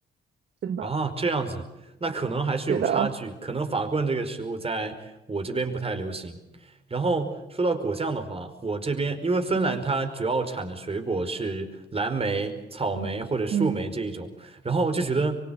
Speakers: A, on the right; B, on the right.
A: 真的。
B: 啊，这样子，那可能还是有差距，
A: 是的，
B: 可能法棍这个食物在我这边不太流行。然后说到果酱的话，我这边因为芬兰它主要产的水果是蓝莓、
A: 嗯
B: 草莓或者树莓这一种，
A: 嗯嗯
B: 然后就觉得